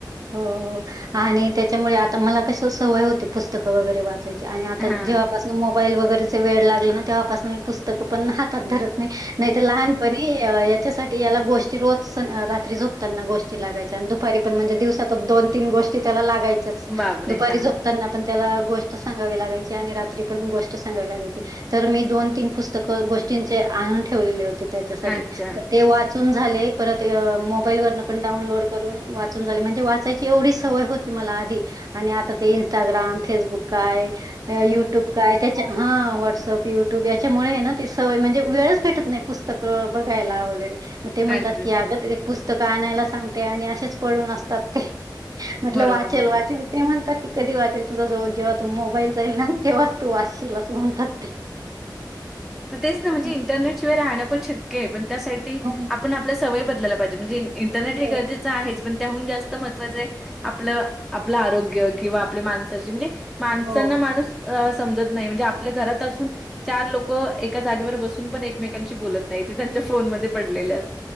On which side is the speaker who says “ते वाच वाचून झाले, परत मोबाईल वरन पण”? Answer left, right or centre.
Right